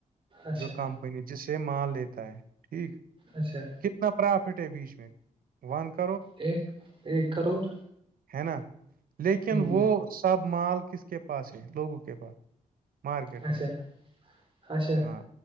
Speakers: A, on the right; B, on the right.
A: اچھا
B: جو کمپنی جس سے مال لیتا ہے ٹھیک
A: اچھا
B: کتنا پرافٹ ہے بیچ میں ون کا
A: ایک ایک کروڑ
B: ہے نا لیکن
A: ہوں
B: وہ سب مال کس کے پاس ہے لوگوں کے پاس مارکیٹ
A: اچھا
B: میں
A: اچھا
B: ہاں